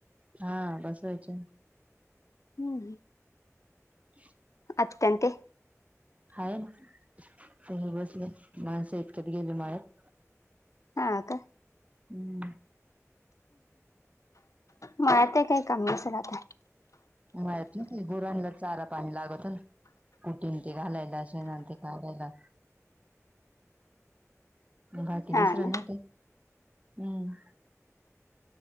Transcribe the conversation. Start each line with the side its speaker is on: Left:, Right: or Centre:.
Right: हा बसवायची
Left: हम्म
Right: <inaudible>
Left: आचकांते.
Right: हाय ना ते हे बसले माणसं इतक्यात गेले माया्यात.
Left: हा का
Right: हम्म.
Left: म आ ते काही काम अससलता.
Right: मात ना गोरांला चारा पाणी लागत हो ना. कुटीन ते घालायला शेनान ते काढायला. बाकी
Left: हा
Right: दुसर
Left: ना
Right: नाही काय. हम्म.